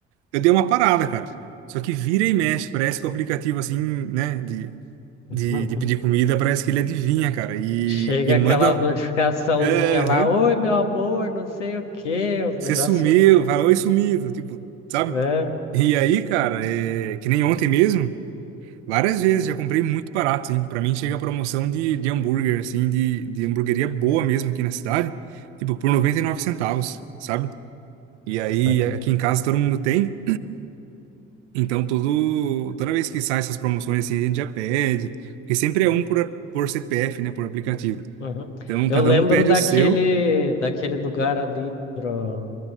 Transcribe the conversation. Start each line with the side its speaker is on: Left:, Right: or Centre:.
Right: Eu dei uma parada, cara. Só que vira e mexe, parece que o aplicativo, assim, né, de,
Left: <laughs>
Right: de, de pedir comida, parece que ele adivinha, cara, e,
Left: Chega
Right: e manda.
Left: aquela
Right: um,
Left: notificaçãozinha
Right: Aham,
Left: lá, oi, meu amor, não sei o quê, os
Right: você
Left: negócios,
Right: sumiu, fala, oi, sumido, tipo, sabe?
Left: né?
Right: E aí, cara, é, que nem ontem mesmo, várias vezes já comprei muito barato, hein? Pra mim chega a promoção de, de hambúrguer, assim, de, de hamburgueria boa mesmo aqui na cidade, tipo, por 99 centavos, sabe? E aí,
Left: Saquei.
Right: aqui em casa todo mundo tem, então todo, toda vez que sai essas promoções, assim, a gente já pede, porque sempre é um por, por CPF, né, por aplicativo.
Left: Uhum.
Right: Então,
Left: Eu
Right: cada
Left: lembro
Right: um pede
Left: daquele,
Right: o seu
Left: daquele lugar ali pro,